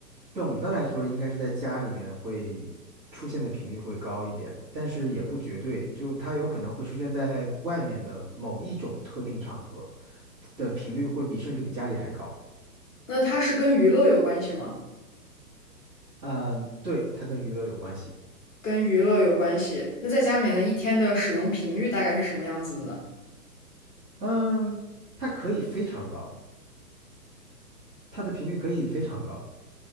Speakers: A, on the right (about 70°); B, on the left (about 50°).
A: 总的来说，应该是在家里面会出现的频率会高一点，但是也不绝对，就它有可能会出现在外面的某一种特定场合。的频率会比甚至比家里还高。
B: 那它是跟娱乐有关系吗？
A: 嗯，对，它跟娱乐有关系。
B: 跟娱乐有关系。那在家里面的一天的使用频率大概是什么样子的呢？
A: 嗯，它可以非常高，它的频率可以非常高。